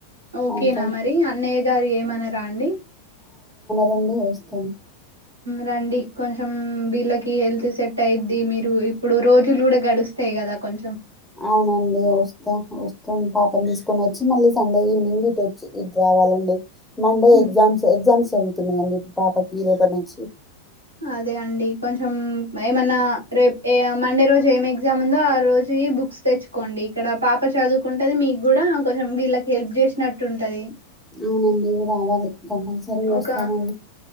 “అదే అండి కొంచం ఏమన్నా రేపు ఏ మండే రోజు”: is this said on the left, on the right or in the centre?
Right